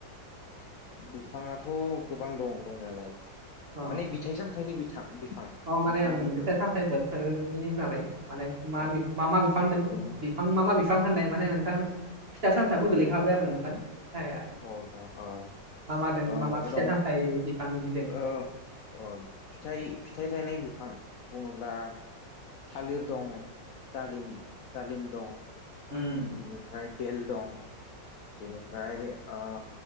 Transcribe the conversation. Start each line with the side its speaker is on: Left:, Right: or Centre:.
Left: बिफाङाथ' गोबां दं दंनायालाय।
Right: अ
Left: माने फिथाइ सामथाइनि बिथां बिफां
Right: अ माने
Left: नोंथांनि
Right: आं
Left: मथेबा
Right: फिथाइ- सामथाइ बोथोरनि नालाय माने माबि
Left: औ नोंथां
Right: मा मा बिफां दों?
Left: औ
Right: आं मा मा बिफां होननाय माने नोंथां फिथा सामथायाबो गोलैखाबाय आरो नोंथां। थाया
Left: नोंथां औ
Right: मा मा दों
Left: ओ
Right: मा
Left: माबा
Right: मा फिथाइ
Left: दं
Right: सामथाइ बिफांनि बिदों?
Left: ओ अ फिथाइ फिथाइ थायनाय बिफां। बुङोब्ला थालिर दं दालिम दालिम दं।
Right: उम
Left: बेनिफ्राय बेल दं बेनिफ्राय ओ